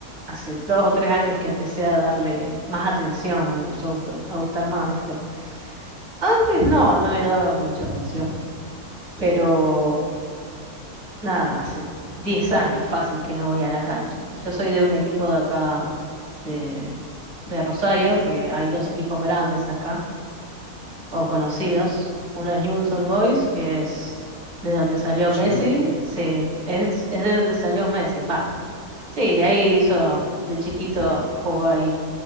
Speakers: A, on the right; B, on the left.
A: hace dos o tres años que empecé a darle más atención, me empezó a gustar, a gustar más, ¿viste? Antes no, no le daba mucha atención, pero nada, hace 10 años fácil que no voy a la cancha. Yo soy de un equipo de acá, de, de Rosario, que hay dos equipos grandes acá. o conocidos, uno es Newell's Old Boys, que es de donde
B: muy
A: salió
B: conocido.
A: Messi, sí,
B: Sí,
A: es, es de donde salió Messi, va. Sí, ahí
B: ok.
A: hizo, de chiquito jugó ahí,